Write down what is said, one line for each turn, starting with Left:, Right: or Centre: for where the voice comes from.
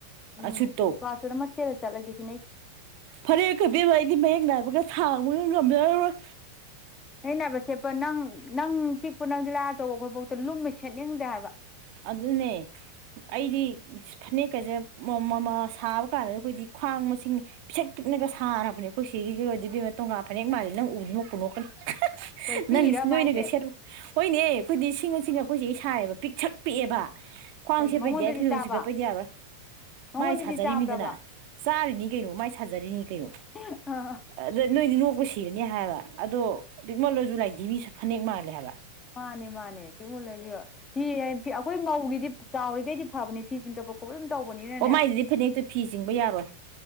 Left: ꯎꯝ
Right: ꯑ ꯁꯨꯠꯇꯣ
Left: ꯃꯨꯀꯥ ꯁꯨꯠ ꯑꯃ ꯁꯦꯠꯂ ꯆꯠꯂꯒꯦꯁꯦ
Right: ꯐꯅꯦꯠꯀ ꯏꯕꯦꯝꯃ ꯑꯩꯗꯤ ꯃꯌꯦꯛ ꯅꯥꯏꯕꯒ ꯁꯥꯡꯕꯒ ꯉꯝꯖꯔꯔꯣꯏ
Left: ꯐꯅꯦꯛ ꯅꯥꯏꯕ ꯁꯦꯠꯄ ꯅꯪ ꯅꯪ ꯄꯤꯛꯄ ꯅꯪ ꯗꯤꯂꯥꯏꯔꯗꯅ ꯑꯆꯧꯕ ꯑꯩꯈꯣꯏꯐꯥꯎꯗ ꯂꯨꯝꯃꯤ ꯁꯦꯠꯅꯤꯡꯗꯦ ꯍꯥꯏꯕ
Right: ꯑꯗꯨꯅꯦ ꯑꯩꯗꯤ ꯐꯅꯦꯛꯀꯁꯦ ꯁꯥꯕ ꯀꯥꯟꯗ ꯑꯩꯈꯣꯏꯗꯤ ꯈ꯭ꯋꯥꯡ ꯃꯁꯤꯡ ꯄꯤꯁꯛ ꯄꯤꯛꯅꯒ ꯁꯥꯔꯕꯅꯦ ꯑꯩꯈꯣꯏ ꯁꯤꯒꯤꯒꯤ ꯑꯣꯏꯗꯤ ꯇꯣꯒꯥ ꯐꯅꯦꯛ ꯃꯥꯜꯂꯤ ꯅꯪ ꯎꯗꯨꯃꯛ ꯀꯨꯝꯊꯣꯛꯀꯅꯤ
Left: ꯀꯩ ꯄꯤꯛꯏꯔꯕ
Right: ꯅꯪ ꯅꯣꯏꯅꯒ
Left: ꯍꯥꯏꯁꯦ
Right: ꯁꯦꯠ ꯍꯣꯏꯅꯦ ꯑꯩꯈꯣꯏꯗꯤ ꯁꯤꯡꯉꯨ ꯁꯤꯡꯉꯨ ꯑꯩꯈꯣꯏ ꯆꯦ ꯁꯥꯏꯌꯦꯕ ꯄꯤꯛ ꯁꯛ ꯄꯤꯛꯑꯕ ꯈ꯭ꯋꯥꯡ
Left: ꯀꯩ
Right: ꯁꯦꯠꯄꯩꯗꯤ
Left: ꯃꯉꯣꯟꯗꯗꯤ
Right: ꯌꯥ ꯐꯨꯗꯣꯟ
Left: ꯆꯥꯕ
Right: ꯁꯤꯒꯠꯄꯩꯗꯤ ꯌꯥꯔꯣꯏ
Left: ꯃꯉꯣꯟꯗꯗꯤ
Right: ꯃꯥꯏ ꯁꯥꯖꯔꯤꯅꯤꯗꯅ
Left: ꯆꯥꯕ꯭ꯔꯕ
Right: ꯆꯥꯔꯤꯅꯤ ꯀꯩꯅꯣ ꯃꯥꯏ ꯊꯖꯔꯤꯅꯤ ꯀꯩꯅꯣ
Left: ꯑꯁ
Right: ꯑꯗ ꯅꯣꯏꯗꯤ ꯕꯨ ꯁꯤꯔꯅꯤ ꯍꯥꯏꯕ ꯑꯗꯣ ꯇꯦꯛꯅꯣꯂꯣꯁꯨꯨ ꯂꯩꯥꯏꯗꯤ ꯃꯤ ꯁꯛ ꯍꯅꯦꯛ ꯃꯥꯂꯦ ꯍꯥꯏꯂ
Left: ꯃꯥꯅꯦ ꯃꯥꯅꯦ ꯄ ꯃꯨꯜꯂꯁꯤ ꯐꯤ ꯍꯥꯏꯤ ꯑꯩꯈꯣꯏ ꯃꯧꯒꯤꯗꯤ ꯆꯥꯎꯔꯤꯈꯩꯗꯤ ꯐꯕꯅꯤ ꯐꯤ <unintelligible> ꯇꯧꯕꯅꯤꯅꯅꯦ
Right: ꯑꯣ ꯃꯥꯏꯁꯤꯗꯤ ꯐꯅꯦꯛꯇꯣ ꯐꯤ ꯆꯤꯡꯕ ꯌꯥꯔꯣꯏ